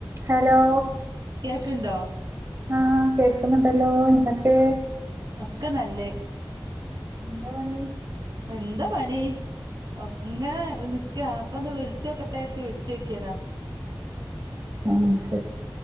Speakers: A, on the right; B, on the right.
A: Hello
B: കേക്ക്ണ്ടോ?
A: ആഹ് കേൾക്കുന്നുണ്ടല്ലോ എന്തൊക്കെ?
B: ഒക്കെ നല്ലെ.
A: ന്താ പണി?
B: എന്ത് പണി. ഒ ഇങ്ങനെ നിക്ക അപ്പൊന്ന് വിളിച്ചോക്കട്ടെ ച്ച് വിളിച്ചോക്യത.
A: ആ ശരി